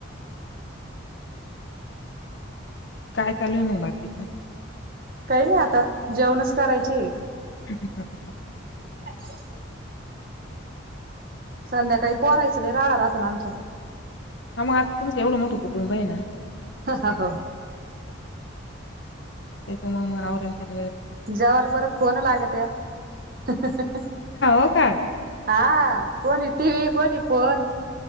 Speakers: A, on the left; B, on the right.
A: कायं चालंल मगं बाकीचं
B: कांहीं नाहीं आंता जेवणं चं करायचे आहे
A: हं हं हं करं
B: कांतरली संध्याकाळी पोरांयचलेय रांडा राहतो नां आमच्यां
A: हां मंग आंता तुमचं एवढं मोठं कुटुंब आहे नां
B: हं हं हो
A: त्यांच्या मंग मणावरं आहे सगळं
B: जेवांरला परंत फोन लागतं त्यां
A: हो का?
B: हां कोणी टीव्ही कोणी फोन